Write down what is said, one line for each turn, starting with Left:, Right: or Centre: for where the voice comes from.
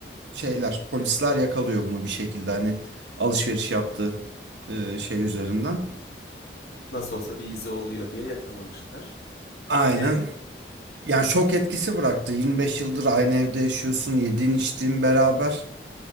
Right: şeyler, polisler yakalıyor bunu bir şekilde hani alışveriş yaptığı e, şey üzerinden.
Left: Nasıl olsa bir izi oluyor diye yakalamışlar.
Right: Aynen
Left: E
Right: Yani şok etkisi bıraktı. 25 yıldır aynı evde yaşıyorsun, yediğin içtiğin beraber.